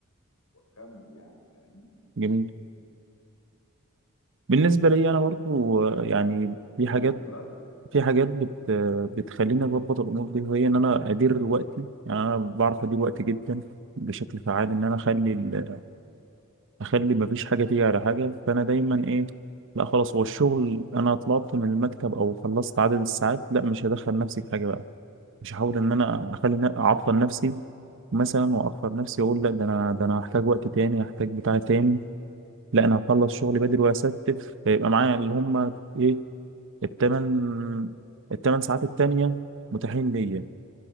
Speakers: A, on the left; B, on the right.
A: واكمل يعني فاهمني
B: جميل بالنسبه لي انا برضو آه، يعني في
A: تمام
B: حاجات
A: بس
B: في حاجات بت آه، بتخليني اظبط الامور دي وهي ان انا ادير وقتي يعني انا بعرف ادير وقتي جدا بشكل فعال ان انا اخلي ال- اخلي ما فيش حاجه تيجي على حاجه فانا دايما ايه لا خلاص هو الشغل انا طلعت من المكتب او خلصت عدد الساعات لا مش هدخل نفسي في حاجه بقى مش هحاول ان انا اخلي ن- اعطل نفسي مثلا واخر نفسي اقول لا ده انا ده انا هحتاج وقت تاني هحتاج بتاع تاني لا انا هخلص شغلي بدري واستف فيبقى معايا اللي هم ايه التمن التمن ساعات التانية متاحين ليا